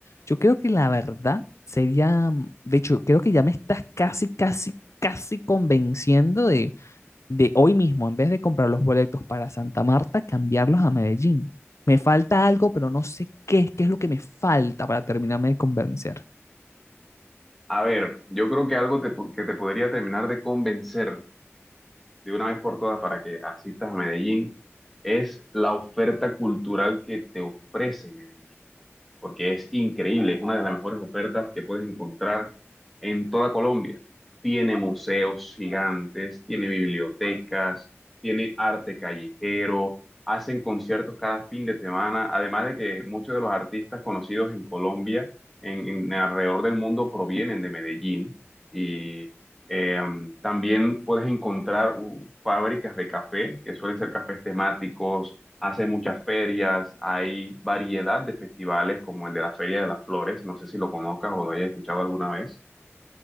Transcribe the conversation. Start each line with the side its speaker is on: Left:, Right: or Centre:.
Left: Yo creo que la verdad sería, mm, de hecho, creo que ya me estás casi, casi, casi convenciendo de, de hoy mismo, en vez de comprar los boletos para Santa Marta, cambiarlos a Medellín. Me falta algo, pero no sé qué, qué es lo que me falta para terminarme de convencer.
Centre: A ver, yo creo que algo te po- que te podría terminar de convencer de una vez por todas para que asistas a Medellín es la oferta cultural que te ofrece Medellín porque es increíble, es una de las mejores ofertas que puedes encontrar en toda Colombia. Tiene museos gigantes, tiene bibliotecas, tiene arte callejero, hacen conciertos cada fin de semana, además de que muchos de los artistas conocidos en Colombia, en, en alrededor del mundo, provienen de Medellín y eh, también puedes encontrar uh, fábricas de café, que suelen ser cafés temáticos hace muchas ferias, hay variedad de festivales como el de la Feria de las Flores, no sé si lo conozcas o lo hayas escuchado alguna vez.